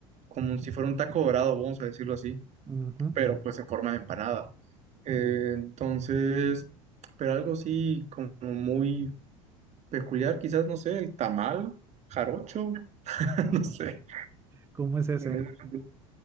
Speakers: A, on the right; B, on the right.
A: como si fuera un taco dorado, vamos a decirlo así,
B: ujú.
A: pero pues en forma de empanada. Eh, entonces, pero algo así como muy peculiar, quizás, no sé, el tamal, jarocho, <laughs> no sé.
B: ¿Cómo es ese?
A: en ese sentido.